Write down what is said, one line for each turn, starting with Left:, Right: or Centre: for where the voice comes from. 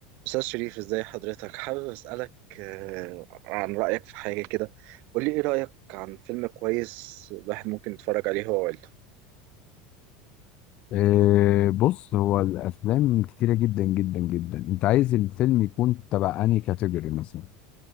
Right: أستاذ شريف ازاي حضرتك حابب أسألك آه، عن رأيك في حاجة كده قول لي ايه رأيك عن فيلم كويس الواحد ممكن يتفرج عليه هو وعيلته
Left: آه، بص هو الافلام كتيره جدا جدا جدا انت عايز الفيلم يكون تبع انهي كاتيجوري مثلا